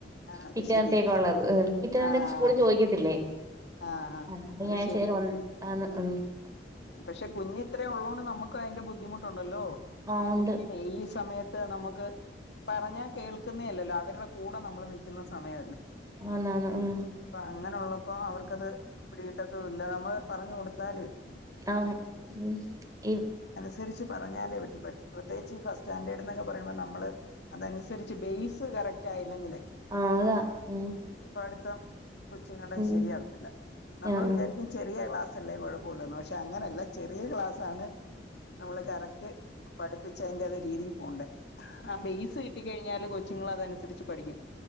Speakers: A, on the left; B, on the right.
A: ആഹ് അത്
B: പിറ്റേന്ന്ത്തേക്കള്ളത്
A: ശരിയാ
B: പിറ്റേന്നേക്
A: ആഹ്
B: സ്കൂളിൽ ചോയ്ക്കത്തില്ലേ
A: ആഹ്
B: ആ
A: അത്
B: ഈ ആഴ്ചയുള്ളു
A: ശരി
B: ഒരു- <unintelligible>
A: പക്ഷെ കുഞ്ഞിത്രേ ഉള്ളോണ്ട് നമ്മക്ക് അയ്ന്റെ ബുദ്ധിമുട്ടുണ്ടല്ലോ
B: ആ ഉണ്ട്
A: കുഞ്ഞിനെ ഈ സമയത്ത് നമക്ക് പറഞ്ഞാ കേൾക്ക്‌ന്നേല്ലല്ലോ അവരുടെ കൂടെ നമ്മൾ നിൽക്കുന്ന സമയ
B: ഓ ആന്നാന്ന് മ്
A: അങ്ങനെള്ളപ്പോ അവർക്കത് പിടികിട്ടത്തുല്ല നമ്മള് പറഞ്ഞൊടുത്താ
B: ആന്ന് മ് ഇ
A: സ്ത്തേരിച്ച് പറഞ്ഞാലേ പറ്റു പ്രത്യേച്ച് ഈ ഫസ് സ്റ്റാൻഡേർഡ്ന്നക്കെ പറയുമ്പോ നമ്മള് അതനുസരിച്ച് ബേസ് കറക്റ്റയില്ലെങ്കിലേ
B: ആ അതാ ഉം
A: അപ്പടുത്ത കൊച്ചിങ്ങള്ടെ
B: ഉം
A: ശരിയാവത്തില്ല നമ്മൾ
B: ആ
A: വിചാരിക്കും ചെറിയ ക്ലാസ് <unintelligible> കൊയപ്പോള്ളൂന്ന് പക്ഷെ അങ്ങനല്ല ചെറിയ ക്ലാസാണ് നമ്മള് കറക്റ്റ് പഠിപ്പി ച്ചയിന്റതേ രീതി പോണ്ടേ ആ ബേസ് കിട്ടി കഴ്ഞ്ഞാല് കൊച്ചുങ്ങൾ അതനുസരിച്ച് പഠിക്കും.